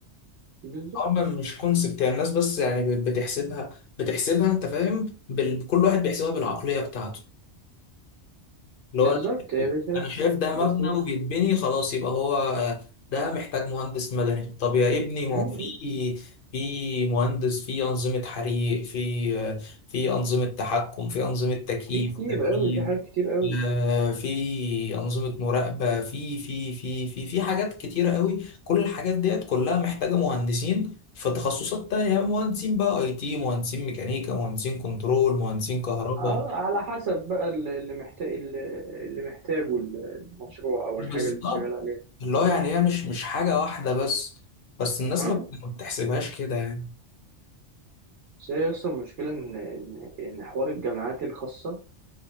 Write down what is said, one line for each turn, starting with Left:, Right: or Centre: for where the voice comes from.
Right: بالظبط
Left: هما مش كونسبت يعني الناس بس يعني بتحسبها بتحسبها انت فاهم بال... كل واحد بيحسبها بالعقلية بتاعته اللي
Right: بالظبط
Left: هو انا شايف
Right: هي بس
Left: أنا شايف ده
Right: بس
Left: مبنى
Right: هي
Left: وبيتبني خلاص يبقى هو ده محتاج مهندس مدني طب يا ابني ما
Right: مم،
Left: هو في في مهندس في انظمه حريق في في انظمه تحكم في انظمه تكييف
Right: في كتير
Left: وتبريد
Right: قوي في حاجات كتير قوي
Left: آه، في انظمه مراقبه في في في في في حاجات كتيره قوي كل الحاجات ديت كلها محتاجه مهندسين في تخصصات تانية مهندسين بقى اي تي مهندسين ميكانيكا مهندسين كنترول مهندسين كهرباء
Right: اه على حسب بقى اللي محتاج اللي محتاجه المشروع او
Left: بالظبط
Right: الحاجه اللي انت شغال عليها
Left: اللي هو يعني هي مش مش حاجة واحدة بس بس الناس
Right: اه
Left: ما ما بتحسبهاش كده يعني
Right: بس هي يا اسطى المشكلة إن إن إن حوار الجامعات الخاصة